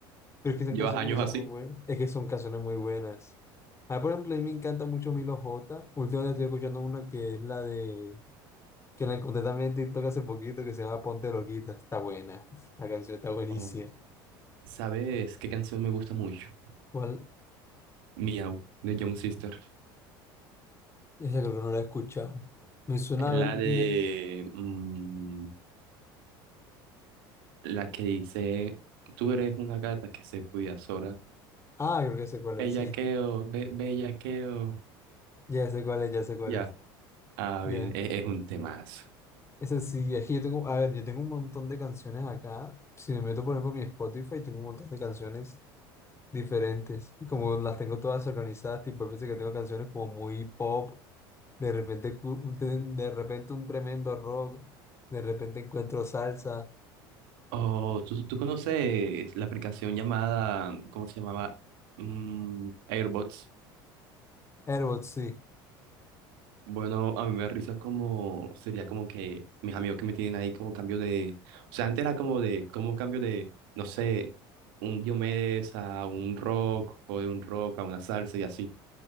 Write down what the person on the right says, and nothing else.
llevas
años
así.
Oh, ¿sabes qué canción me gusta mucho?
Miau, de Young Sister.
La
de
mm, la que dice, tú eres una gata que se cuida sola.
Bellaqueo,
be bellaqueo.
Ya.
Ah,
bien, e- es, un temazo.
Oh, ¿tú, tú conoces la aplicación llamada, ¿cómo se llamaba? Mm, Airbots.
Bueno, a mí me da risa como, sería como que mis amigos que me tienen ahí como cambio de, o sea, antes era como de, como cambio de, no sé, un Diomedes a un rock o de un rock a una salsa y así.